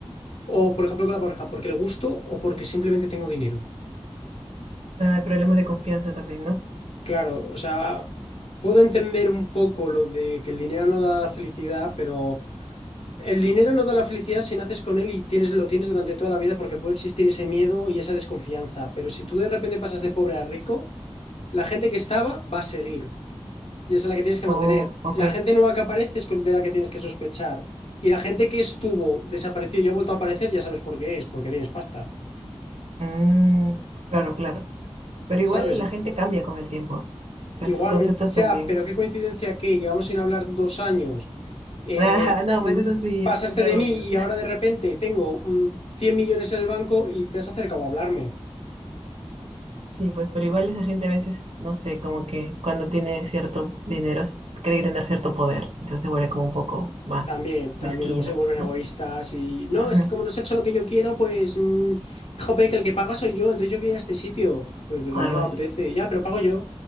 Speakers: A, on the left; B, on the right.
A: o por ejemplo con la pareja, porque le gusto o porque simplemente tengo dinero.
B: Ah, hay problemas de confianza también, ¿no?
A: Claro, o sea, puedo entender un poco lo de que el dinero no da la felicidad, pero el dinero no da la felicidad si naces con él y tienes, lo tienes durante toda la vida porque puede existir ese miedo y esa desconfianza. Pero si tú de repente pasas de pobre a rico, la gente que estaba va a seguir. Y esa es la que tienes que
B: Oh,
A: mantener.
B: ok.
A: La gente nueva que aparece es con- de la que tienes que sospechar. Y la gente que estuvo, desaparecido y ha vuelto a aparecer, ya sabes por qué es, porque tienes pasta,
B: Mm, claro, claro. Pero
A: ¿sabes?
B: igual la gente cambia con el tiempo. O sea,
A: Igualmente,
B: sus conceptos
A: ya,
B: también.
A: pero qué coincidencia
B: <laughs>
A: que llevamos sin hablar dos años, eh,
B: Ah, no,
A: mm,
B: pues eso sí,
A: pasaste
B: eso sí es obvio.
A: de mí y ahora de repente tengo mm, 100 millones en el banco y te has acercado a hablarme.
B: Sí, pues, pero igual esa gente a veces, no sé, como que cuando tiene cierto dinero, s- cree tener cierto poder. Entonces se vuelve como un poco más
A: También, también,
B: mezquina,
A: luego se vuelven egoístas
B: ¿no?
A: y no,
B: Ujú,
A: es que como no se ha hecho lo que yo quiero, pues, mm, jope, que el que paga soy yo, entonces yo quería este sitio. Pues, pero
B: Algo
A: a mí no
B: así.
A: me apetece, ya, pero pago yo.